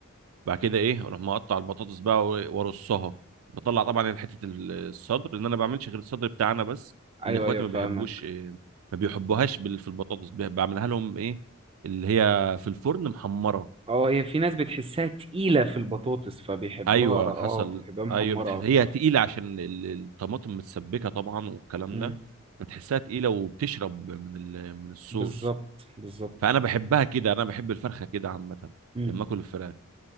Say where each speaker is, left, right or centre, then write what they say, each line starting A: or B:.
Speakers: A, on the right; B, on the right.
A: بعد كده ايه اروح مقطع البطاطس بقى و- وارصها بطلع طبعا يعني حته ال- الصدر لان انا ما بعملش غير الصدر بتاعنا بس
B: ايوه
A: ان اخواتي
B: ايوه
A: ما
B: فاهمك
A: بيحبوش إيه، ما بيحبوهاش بال- في البطاطس ب- بعملها لهم ايه اللي هي في الفرن محمره
B: اه هي في ناس بتحسها تقيلة في البطاطس فبيحبوها
A: ايوه
B: اه
A: حصل
B: بيحبوها محمرة
A: ايوه بتحس
B: اكتر
A: هي تقيله عشان ال- الطماطم متسبكه طبعا والكلام
B: امم
A: ده بتحسها تقيله وبتشرب من ال... من الصوص
B: بالظبط بالظبط
A: فانا بحبها كده انا بحب الفرخه كده عامه
B: مم.
A: لما اكل الفراخ